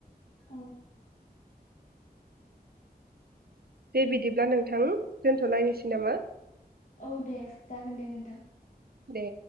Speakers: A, on the left (about 50°); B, on the right (about 65°).
A: औ
B: दे बिदिब्ला नोंथां दोनथ'लायनोसै नामा
A: औ दे जागोन दे नोंथां
B: दे